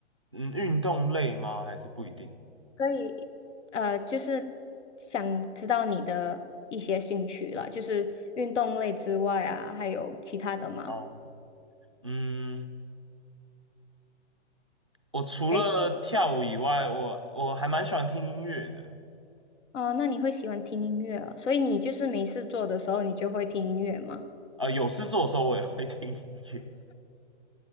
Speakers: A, on the right; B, on the left.
A: 嗯运动类吗？还是不一定？
B: 可以，呃，就是想知道你的一些兴趣啦，就是运动类之外啊，还有其他的吗？
A: 哦，嗯。我除了跳舞以外，
B: 还是
A: 我我还蛮喜欢听音乐的。
B: 哦，那你会喜欢听音乐哦，所以你就是没事做的时候，你就会听音乐吗？
A: 呃，有事做的时候我也会听音乐，